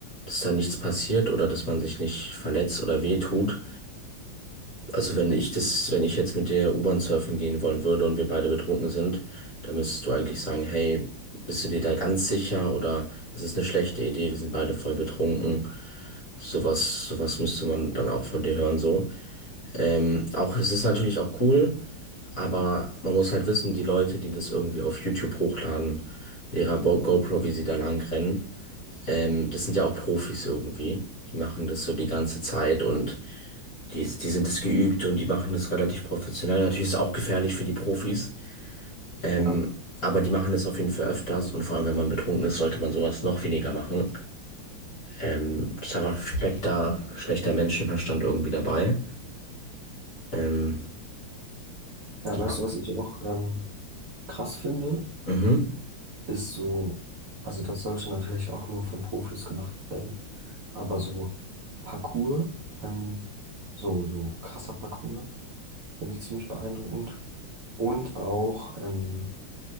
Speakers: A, on the left; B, on the right.
A: dass da nichts passiert oder dass man sich nicht verletzt oder wehtut. Also wenn ich das, wenn ich jetzt mit dir U-Bahn surfen gehen wollen würde und wir beide betrunken sind, dann müsstest du eigentlich sagen, hey, bist du dir da ganz sicher oder es ist eine schlechte Idee, wir sind beide voll betrunken. Sowas, sowas müsste man dann auch von dir hören, so. Ähm, auch, es ist natürlich auch cool, aber man muss halt wissen, die Leute, die das irgendwie auf YouTube hochladen, mit ihrer Bo- GoPro, wie sie da lang rennen, ähm, das sind ja auch Profis irgendwie. Die machen das so die ganze Zeit und die, ist- die sind es geübt und die machen das relativ professionell. Natürlich ist es auch gefährlich für die Profis, ähm,
B: Ja,
A: aber die machen das auf jeden Fall öfters und vor allem, wenn man betrunken ist, sollte man sowas noch weniger machen. Ähm, das ist einfach schlechter, schlechter Menschenverstand irgendwie dabei. Ähm,
B: Ja,
A: ja.
B: weißt du, was ich auch ähm, krass finde,
A: Mhm.
B: ist so, also das sollte natürlich auch nur von Profis gemacht werden, aber so Parkour, ähm, so, so krasser Parkour, finde ich ziemlich beeindruckend. Und auch, ähm,